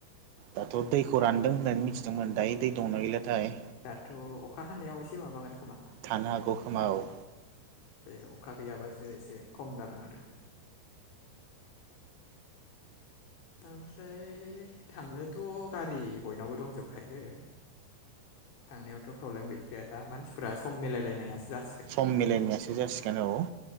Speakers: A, on the right; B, on the left.
A: दाथ' दैखौ रानदों होननानै मिथिदोंमोन दायो दै दंना गैलाथाय
B: थ' अखा हानायाव एसे माबागोन खोमा
A: थानो हागौ खोमा औ
B: बे अखा गैयाबासो एसे खम जागोन आरो ओमफ्राय थांनोथ' गारि बयनावबो दंजोबखायो थांनायावथ' प्रब्लेम गैखाया दा मानसिफोरा सम मिलायलायनायासो जासि
A: सम मिलायनायासो जासिगोन औ